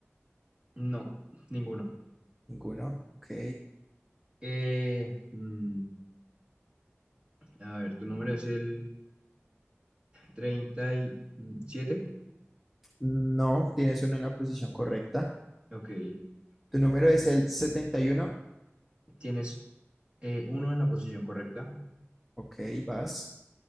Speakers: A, on the right (about 20°); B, in the centre.
A: no, ninguno.
B: Ninguno, ok.
A: Eh, mm, A ver, tu número es el treinta y siete.
B: No, tienes uno en la posición correcta.
A: Ok.
B: ¿Tu número es el setenta y uno.
A: Tienes eh, uno en la posición correcta.
B: Ok, vas.